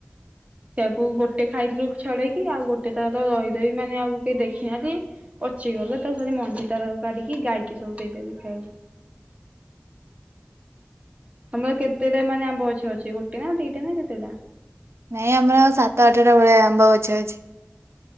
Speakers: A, on the right; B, on the right.
A: ସେୟାକୁ ଗୋଟେ ଖାଇଥିଲୁ ଛଡ଼େଇକି ଆଉ ଗୋଟେ ତାର ରହି ରହି ମାନେ ଆଉ କେହି ଦେଖିନହାନ୍ତି ପଚିଗଲା ତାକୁ ଖାଲି ମ ଜିତାର କାଢ଼ିକି ଗାଈକି ସବୁ ଦେଇଦେଲେ ଖାଇବାକୁ। ତମର କେତେଟା ମାନେ ଆମ୍ବ ଗଛ ଅଛି ଗୋଟେ ନାଁ ଦିଟା ନାଁ କେତେଟା?
B: ନାଇଁ ଆମର ସାତ ଆଠଟା ଭଳିଆ ଆମ୍ବ ଗଛ ଅଛି।